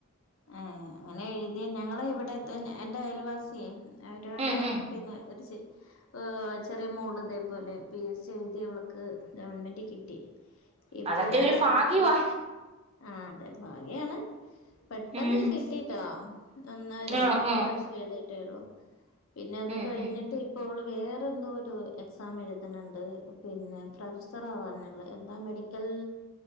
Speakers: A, on the left; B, on the right.
A: ഏഹ് അങ്ങനെ എഴുതിയ ഞങ്ങള് ഇവിടെ എന്റെ അയൽവാസിയേ. അവരോടെ
B: ഉം ഉം
A: പിന്നെ ഒരു ച്ചെ ചെറിയ മോൾ ഇതേപോലെ പി എസ് സി എഴുതി അവൾക്ക് ഗവൺമെൻറ് കിട്ടി. ഇപ്പോ
B: അതൊക്കെ ഒരു ഭാഗ്യവാ
A: മറ്റേ ആ അതെ ഭാഗ്യയാണ്. പെട്ടെന്ന്
B: ഉം
A: കിട്ടിട്ടോ ഒന്ന് രണ്ട
B: ആഹ്
A: ഒന്ന് രണ്ട്
B: ആഹ്
A: പ്രാവശ്യം എഴുതിട്ടേള്ളു. പിന്നെ അത്
B: ഉം
A: കഴിഞ്ഞി
B: ഉം
A: ഇപ്പോ വേറെ എന്തോ ഒരു എക്സാം എഴുതുന്നുണ്ട് പിന്നെ പ്രൊഫസർ ആവാനുള്ള എന്താ മെഡി ക്കൽ